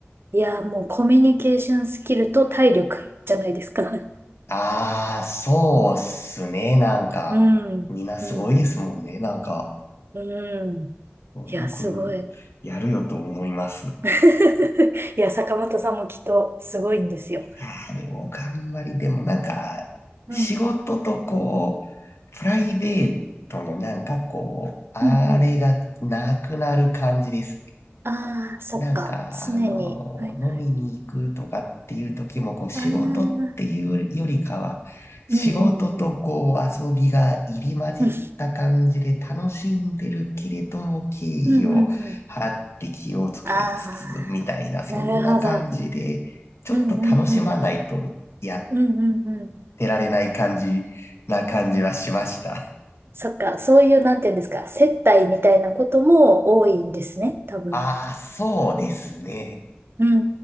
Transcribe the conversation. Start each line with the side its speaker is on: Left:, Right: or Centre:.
Right: いやもうコミュニケーションスキルと体力じゃないですか。<laughs>
Left: あー、そうっすね。なんか、
Right: うん、
Left: みんなすごいですもんね。
Right: うん、
Left: なんか、
Right: うん。い
Left: よくやるよと思います。
Right: や、すごい。
Left: い
Right: <laughs> いや、坂本さんもきっとすごいんですよ。
Left: やー、でも頑張り、でもなんか、
Right: うん、
Left: 仕事とこう、プライベートのなんかこう、あれがなくなる感じですね。
Right: うん、うん。ああ、そっか。
Left: なんか、
Right: 常に。
Left: あの、
Right: はいはい。
Left: 飲みに行くとかっていう時も、こう、仕事っていうよりかは、
Right: ああ、う
Left: 仕事とこう、
Right: んうんうん。
Left: 遊びが入り混じった感じで楽しんでるけれども、
Right: うん
Left: 敬意を払って気を使いつつ、
Right: うんうん。あ
Left: みたいな、そんな感じで、
Right: あ、なるほど。
Left: ちょっと楽しまないとやっ
Right: うんうんうん。うんうんうん。
Left: てられない感じな感じはしました。
Right: そっか、そういう、なんていうんですか、接待みたいなことも多いんですね、多分。
Left: ああ、そうですね。
Right: うん